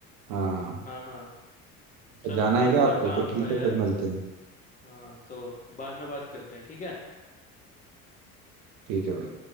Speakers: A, on the right; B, on the left.
A: हाँ
B: हाँ हाँ चलो
A: अच्छा जाना
B: मुझे
A: है क्या
B: थोड़ा
A: आपको
B: काम
A: तो ठीक
B: था यार
A: है फिर मिलते हैं
B: हाँ तो बाद में बात करते हैं ठीक है
A: ठीक है भाई